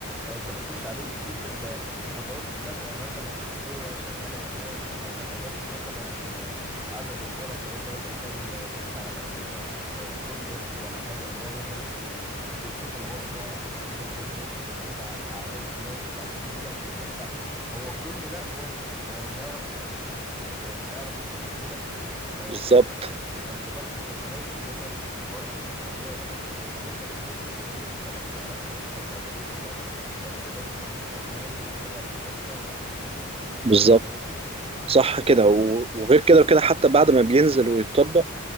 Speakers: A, in the centre; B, on the right.
A: آه، انت بتخش عليه بتشوف ال- خطوات الدفع مثلا من جوه شغاله تمام آه، اضافه مثلا ال- عدد الغرف لو انت مثلا بتعمل تيست على ال- آه، فندق ولا حاجه اللي هو مثلا آه، بتشوف الغرفه وبتشوف الفندق وبتضيف ع- اعداد الناس وبعدين بتيجي عشان تدفع فهو كل ده هو م- هو مش هيعرف يكت... مش هو هو مش هيعرف يكتشفه لك آه،
B: بالظبط
A: آه، آه، آه، الذكاء الاصطناعي فانت لازم بيبقى مبرمج اللي هو يدوي لانك انت بتخش وبتشوف طب الاشعارات تمام طب طريقه الدفع طب إضافة الم- الناس اللي هتبقى في الغرفة ف آه،
B: بالظبط
A: فاهمني؟
B: صح كده و- وغير كده وكده حتى بعد ما بينزل ويتطبق